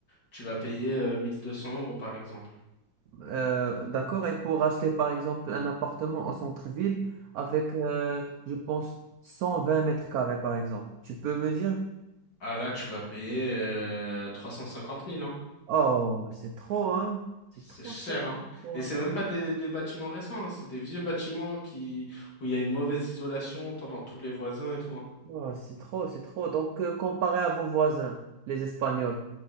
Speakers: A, on the left; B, on the right.
A: tu vas payer euh, 1200 euros, par exemple.
B: Euh, d'accord. Et pour acheter, par exemple, un appartement en centre-ville avec, euh, je pense, 120 mètres carrés, par exemple, tu peux me dire?
A: Ah là, tu vas payer euh, trois cent cinquante mille hein.
B: Oh, c'est trop, hein? C'est
A: C'est
B: trop,
A: cher,
B: trop,
A: hein.
B: trop.
A: Et c'est même pas des, des bâtiments récents, hein. C'est des vieux bâtiments qui, où il y a une mauvaise isolation, entend dans tous les voisins et tout, hein.
B: Oh, c'est trop, c'est trop. Donc, euh, comparé à vos voisins, les Espagnols,